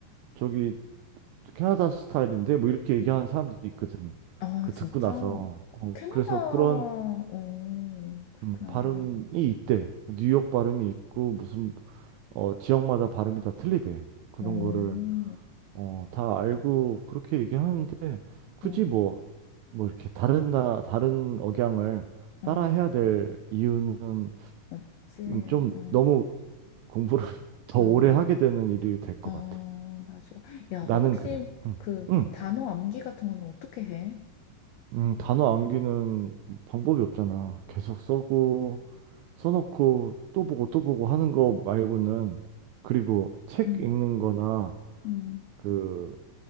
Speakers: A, on the right; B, on the left.
A: 저기 캐나다 스타일인데 뭐 이렇게 얘기하는 사람들이 있거든.
B: 아,
A: 그
B: 진짜?
A: 듣고 나서. 어,
B: 어, 캐나다,
A: 그래서
B: 어,
A: 그런
B: 그렇구나.
A: 음, 발음이 있대. 뉴욕 발음이 있고 무슨 어, 지역마다 발음이 다 틀리대. 그런
B: 어,
A: 거를 어, 다 알고 그렇게 얘기하는데 굳이
B: 어,
A: 뭐, 뭐 이렇게 다른 나 다른 억양을 따라
B: 어,
A: 해야 될 이유는
B: 없지,
A: 좀
B: 어,
A: 너무 공부를 <laughs> 더
B: 어,
A: 오래 하게 되는 일이 될 것
B: 어,
A: 같아.
B: 맞아. 야,
A: 나는
B: 너 혹시
A: 그래. 응,
B: 그
A: 응,
B: 단어 암기 같은 거는 어떻게 해?
A: 응. 단어 암기는 방법이 없잖아. 계속 써고 써놓고 또 보고 또 보고 하는 거 말고는 그리고 책
B: 음,
A: 읽는 거나
B: 음,
A: 그